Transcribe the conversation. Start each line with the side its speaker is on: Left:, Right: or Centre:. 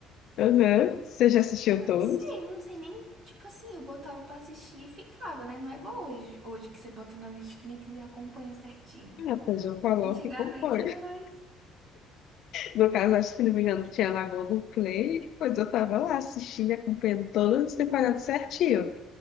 Left: Aham. Você já assistiu
Right: Eu não
Left: todos?
Right: sei, não sei nem. Tipo assim, eu botava pra assistir e ficava, né? Não é igual hoje, hoje que você bota na Netflix e acompanha certinho.
Left: Ah, pois eu coloco
Right: Antigamente
Left: e compõe.
Right: era
Left: <laughs>
Right: mais.
Left: No caso, acho que, se não me engano, tinha na Globoplay, pois eu estava lá assistindo, e acompanhando todas as temporadas certinho.